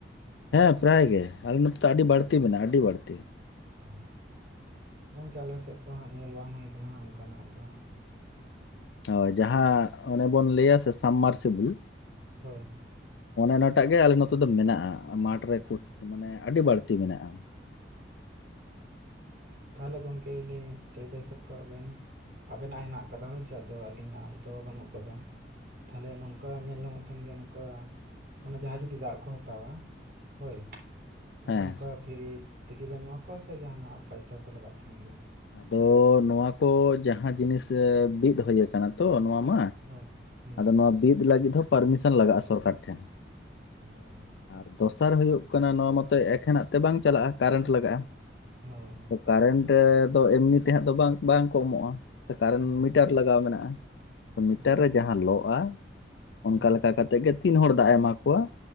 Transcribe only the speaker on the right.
ᱚ ᱜᱚᱝᱠᱮ ᱟᱞᱮᱥᱮᱜ ᱠᱚ ᱦᱟᱸᱜ ᱧᱮᱞ ᱵᱟᱝ ᱦᱳᱭ ᱟᱠᱟᱱᱟ ᱦᱟᱸᱜ ᱚᱱᱠᱟᱱᱟᱜ ᱫᱚᱦᱟᱸᱜ᱾
ᱦᱳᱭ᱾
ᱛᱟᱦᱚᱞᱮ ᱜᱚᱝᱠᱮ ᱞᱟᱹᱭᱟᱹᱧ ᱞᱟᱹᱭ ᱫᱚ ᱦᱤᱥᱟᱹᱵ ᱠᱟᱜ ᱵᱮᱱ ᱟᱵᱮᱱᱟᱜ ᱦᱮᱱᱟᱜ ᱟᱠᱟᱫᱟ ᱦᱳᱭ ᱥᱮ ᱟᱫᱚ ᱟᱹᱞᱤᱧᱟᱜ ᱫᱚ ᱵᱟᱹᱱᱩᱜ ᱟᱠᱟᱫᱟ? ᱛᱟᱦᱚᱞᱮ ᱱᱚᱝᱠᱟ ᱧᱮᱞ ᱧᱟᱢᱚᱜ ᱛᱟᱦᱮᱱ ᱜᱮᱭᱟ ᱱᱚᱝᱠᱟ ᱢᱟᱱᱮ ᱡᱟᱦᱟᱸᱭ ᱡᱩᱫᱤ ᱫᱟᱜ ᱠᱚ ᱦᱟᱛᱟᱣᱟ ᱦᱳᱭ ᱟᱫᱚ
ᱱᱚᱝᱠᱟ ᱯᱷᱨᱤ ᱛᱮᱜᱮ ᱵᱮᱱ ᱮᱢᱟ ᱠᱚᱣᱟ ᱥᱮ ᱡᱟᱦᱟᱱᱟᱜ ᱯᱚᱭ? ᱯᱚᱭᱥᱟ ᱠᱚ ᱞᱟᱜᱟᱜ ᱛᱟᱦᱮᱱ ᱜᱮᱭᱟ?
ᱦᱳᱭ᱾ ᱦᱮᱸ
ᱚ
ᱦᱳᱭ᱾
ᱦᱳᱭ
ᱦᱩᱸ
ᱦᱩᱸ